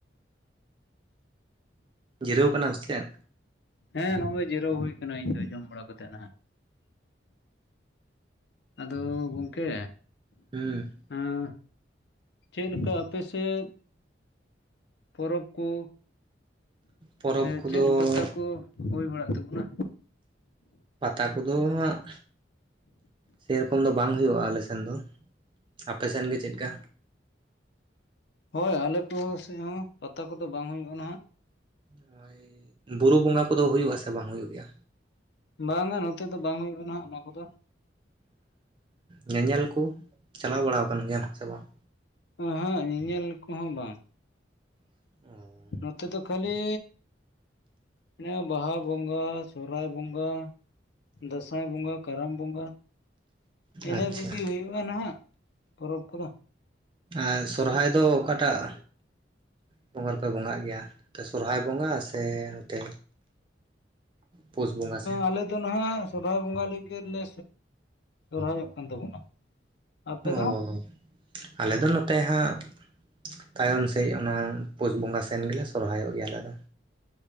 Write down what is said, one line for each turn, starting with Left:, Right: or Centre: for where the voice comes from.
Right: ᱡᱤᱨᱟᱹᱣ ᱠᱟᱱᱟᱢ ᱥᱮ ᱪᱮᱱ?
Left: ᱦᱮᱸ ᱱᱚᱜᱚᱭ ᱡᱤᱨᱟᱹᱣ ᱦᱩᱭ ᱠᱟᱱᱟ ᱤᱧ ᱫᱚ ᱡᱚᱢ ᱵᱟᱲᱟ ᱠᱟᱛᱮᱜ ᱱᱟᱦᱟᱸᱜ᱾ ᱟᱫᱚ ᱜᱚᱝᱠᱮ
Right: ᱦᱮᱸ
Left: ᱦᱮᱸ ᱪᱮᱫ ᱞᱮᱠᱟ ᱟᱯᱮᱥᱮᱫ? ᱯᱚᱨᱚᱵᱽ ᱠᱚ
Right: ᱯᱚᱨᱚᱵᱽ
Left: ᱥᱮ
Right: ᱠᱚᱫᱚ
Left: ᱪᱮᱫ ᱯᱟᱛᱟ ᱠᱚ ᱦᱩᱭ ᱵᱟᱲᱟᱜ ᱛᱟᱵᱚᱱᱟ?
Right: ᱯᱟᱛᱟ ᱠᱚᱫᱚ ᱦᱟᱸᱜ ᱥᱮᱨᱚᱠᱚᱢ ᱫᱚ ᱵᱟᱝ ᱦᱩᱭᱩᱜᱼᱟ ᱟᱞᱮ ᱥᱮᱱ ᱫᱚ ᱟᱯᱮ ᱥᱮᱫ ᱜᱮ ᱪᱮᱫ ᱠᱟ?
Left: ᱦᱳᱭ ᱟᱞᱮ ᱠᱚ ᱥᱮᱫ ᱦᱚᱸ ᱯᱟᱛᱟ ᱠᱚᱫᱚ ᱵᱟᱝ ᱦᱩᱭᱩᱜᱼᱟ ᱱᱟᱦᱟᱸᱜ᱾
Right: ᱱᱚᱜᱼᱚᱭ ᱵᱩᱨᱩ ᱵᱚᱸᱜᱟ ᱠᱚᱫᱚ ᱦᱩᱭᱩᱜ ᱟᱥᱮ ᱵᱟᱝ ᱦᱩᱭᱩᱜ ᱜᱮᱭᱟ?
Left: ᱵᱟᱝᱼᱟ ᱱᱚᱛᱮ ᱫᱚ ᱵᱟᱝ ᱦᱩᱭᱩᱜᱼᱟ ᱱᱟᱦᱟᱸᱜ ᱚᱱᱟ ᱠᱚᱫᱚ᱾
Right: ᱧᱮᱧᱮᱞ ᱠᱚ ᱪᱟᱞᱟᱣ ᱵᱟᱲᱟ ᱠᱟᱱ ᱜᱮᱭᱟᱢ ᱥᱮ ᱵᱟᱝ?
Left: ᱮᱸᱦᱮᱜ ᱧᱮᱧᱮᱞ ᱠᱚᱦᱚᱸ ᱵᱟᱝ
Right: ᱚ <unintelligible>
Left: ᱱᱚᱛᱮ ᱫᱚ ᱠᱷᱟᱹᱞᱤ ᱚᱱᱮ ᱵᱟᱦᱟ ᱵᱚᱸᱜᱟ ᱥᱚᱦᱚᱨᱟᱭ ᱵᱚᱸᱜᱟ ᱫᱟᱸᱥᱟᱭ ᱵᱚᱸᱜᱟ, ᱠᱟᱨᱟᱢ ᱵᱚᱸᱜᱟ᱾ ᱤᱱᱟᱹ
Right: ᱟᱪᱪᱷᱟ
Left: ᱠᱚᱜᱮ ᱦᱩᱭᱩᱜᱼᱟ ᱱᱟᱦᱟᱸᱜ ᱯᱚᱨᱚᱵᱽ ᱠᱚᱫᱚ᱾
Right: ᱟᱨ ᱥᱚᱨᱦᱟᱭ ᱫᱚ ᱚᱠᱟᱴᱟᱜ? ᱵᱚᱸᱜᱟ ᱨᱮᱯᱮ ᱵᱚᱸᱜᱟᱜ ᱜᱮᱭᱟ ᱱᱚᱛᱮ ᱥᱚᱦᱚᱨᱟᱭ ᱵᱚᱸᱜᱟ ᱥᱮ ᱱᱚᱛᱮ ᱯᱩᱥ ᱵᱚᱸᱜᱟ ᱥᱮᱱ
Left: ᱟᱞᱮ ᱫᱚ ᱱᱟᱦᱟᱜ ᱥᱚᱨᱚᱦᱟᱭ ᱵᱚᱸᱜᱟ ᱞᱮᱜᱮᱞᱮ ᱥᱚᱨᱦᱟᱭᱚᱜ ᱠᱟᱱ ᱛᱟᱵᱚᱱᱟ ᱟᱯᱮ
Right: ᱚ
Left: ᱫᱚ
Right: ᱟᱞᱮ ᱫᱚ ᱱᱚᱛᱮ ᱦᱟᱸᱜ ᱛᱟᱭᱚᱢ ᱥᱮᱫ ᱚᱱᱟ ᱯᱩᱥ ᱵᱚᱸᱜᱟ ᱥᱮᱱ ᱜᱮᱞᱮ ᱥᱚᱨᱦᱟᱭᱚᱜ ᱜᱮᱭᱟ ᱟᱞᱮ ᱫᱚ